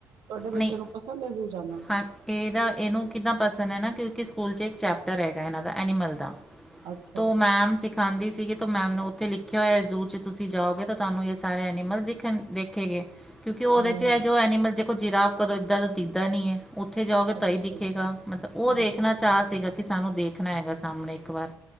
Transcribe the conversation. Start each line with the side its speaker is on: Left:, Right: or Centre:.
Right: ਤੁਹਾਡੇ ਬੱਚਿਆਂ
Centre: ਨਹੀਂ
Right: ਨੂੰ ਪਸੰਦ ਹੈ ਜ਼ੂ ਜਾਣਾ।
Centre: ਹਾਂ ਇਹਦਾ ਇਹਨੂੰ ਕਿੱਦਾਂ ਪਸੰਦ ਹੈ ਨਾ ਕਿਉਂਕਿ ਸਕੂਲ ਚ ਇੱਕ ਚੈਪਟਰ ਹੈਗਾ ਇਹਨਾਂ ਦਾ ਐਨੀਮਲ ਦਾ।
Right: ਅੱਛਾ
Centre: ਤੇ
Right: ਜੀ
Centre: ਮੈਮ ਦਿਖਾਂਂਦੀ ਸੀਗੀ ਮੈਮ ਨੂੰ ਉੱਥੇ ਲਿਖਿਆ ਹੋਇਆ। ਜ਼ੂ ਚ ਤੁਸੀਂ ਜਾਓਗੇ ਤਾਂ ਤੁਹਾਨੂੰ ਇਹ ਸਾਰੇ ਐਨੀਮਲ ਵੇਖਣ ਦਿੱਖ ਗਏ ਕਿਉਂਕਿ ਉਹਦੇ
Right: ਹਾਂ
Centre: ਚ
Right: ਹਾਂ
Centre: ਜੋ ਐਨੀਮਲ ਦੇ ਕੋੋ ਜਿਰਾਬ ਕਦੋਂ ਏਦਾਂ ਦਾ ਦੀਖਦਾ ਨਹੀਂ ਹੈ। ਉੱਥੇ ਜਾਓਗੇ
Right: ਅੱਛਾ
Centre: ਤਾਂ ਹੀ ਦਿਖੇਗਾ
Right: ਜੀ
Centre: ਮਤਲਬ ਉਹ
Right: ਹੂੰ
Centre: ਦੇਖਣਾ। ਚਾਅ ਸੀਗਾ ਕਿ ਸਾਨੂੰ ਦੇਖਣਾ ਹੈਗਾ ਸਾਹਮਣੇ ਇੱਕ ਵਾਰ